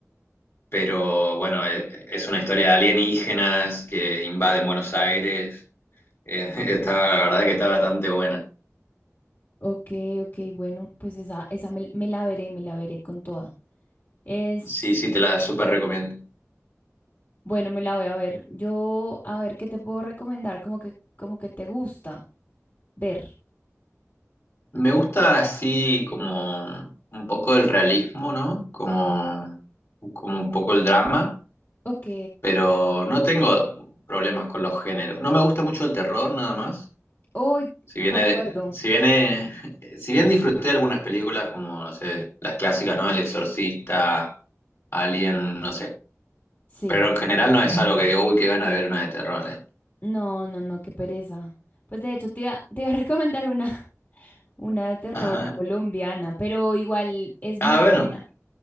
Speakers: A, on the left; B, on the left.
A: Pero bueno, e- es una historia de alienígenas que invaden Buenos Aires. Eh, <laughs> Está, la verdad que está bastante buena.
B: Ok, ok, bueno, pues esa, esa me, me la veré, me la veré con toda. Es,
A: Sí, sí, te la súper recomiendo.
B: bueno, me la voy a ver. Yo, a ver, ¿qué te puedo recomendar? Como que, como que te gusta ver.
A: Me gusta así como un poco el realismo, ¿no? Como, como un poco el drama,
B: Ok.
A: pero no tengo problemas con los géneros. No me gusta mucho el terror, nada más.
B: Uy,
A: Si viene,
B: concuerdo.
A: si viene, <laughs> si bien disfruté algunas películas como, no sé, las clásicas, ¿no? El Exorcista, Alien, no sé.
B: Sí.
A: Pero en general no es algo que digo, uy, qué gana de ver una de terror. eh.
B: No, no, no, qué pereza. Pues de hecho te iba, te iba a recomendar una, <laughs> una de terror
A: <laughs> Ajá.
B: colombiana, pero igual es
A: Ah,
B: muy
A: bueno.
B: buena.